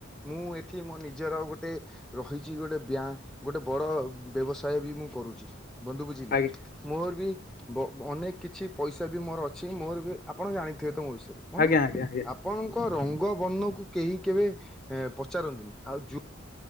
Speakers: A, in the centre; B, on the left.
A: ମୁଁ ଏଠି ମୋ ନିଜର ଗୋଟେ ରହିଚି ଗୋଟେ ବ୍ୟା ଗୋଟେ ବଡ଼ ବ୍ୟବସାୟ ବି ମୁଁ କରୁଚି ବନ୍ଧୁ ବୁଝିଲେ
B: ଆଜ୍ଞା
A: ମୋର ବି ବ ଅନେକ କିଛି ପଇସା ବି ମୋର ଅଛି ମୋର ବି ଆପଣ ଜାଣିଥିବେ ତ ମୋ ବିଷୟରେ ବନ୍ଧୁ
B: ଆଜ୍ଞା ଆଜ୍ଞା ଆଜ୍ଞା।
A: ଆପ୍ ପଣଙ୍କ ରଙ୍ଗ ବର୍ଣକୁ କେହି କେବେ ପଚାରାନ୍ତିନି ଆଉ ଯୋ